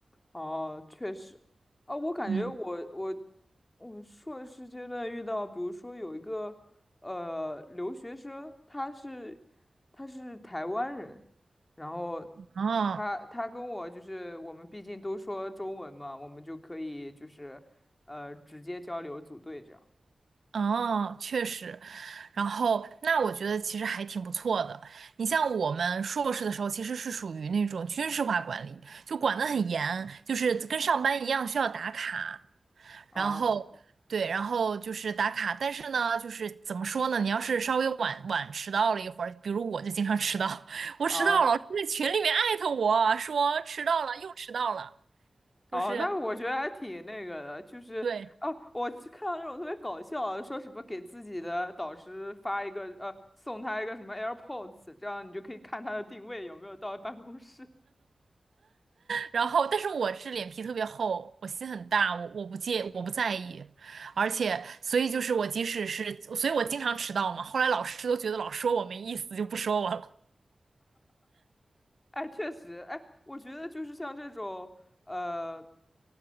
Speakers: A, on the left (about 30°); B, on the right (about 80°).
A: 哦，确实，啊，我感觉我我
B: 嗯，
A: 我硕士阶段遇到，比如说有一个呃留学生，他是他是台湾人，然后
B: 啊，
A: 他他跟我就是我们毕竟都说中文嘛，我们就可以就是呃直接交流组队这样。
B: 哦，确实，然后那我觉得其实还挺不错的。你像我们硕士的时候，其实是属于那种军事化管理，就管得很严，就是跟上班一样需要打卡，
A: 哦
B: 然后对，然后就是打卡。但是呢，就是怎么说呢？你要是稍微晚晚迟到了一会儿，比如我就经常迟到，<laughs> 我迟到了，
A: 哦
B: 老师在群里面艾特我说迟到了，又迟到了，
A: 哦，
B: 就是
A: 那我觉得还挺那个的，就是哦，
B: 对。
A: 我去看到那种特别搞笑的说什么给自己的导师发一个呃，送他一个什么 AirPods，这样你就可以看他的定位有没有到办公室。
B: 然后，但是我是脸皮特别厚，我心很大，我我不介，我不在意，而且，所以就是我即使是，所以我经常迟到嘛。后来老师都觉得老说我没意思，就不说我了。
A: 哎，确实，哎，我觉得就是像这种呃，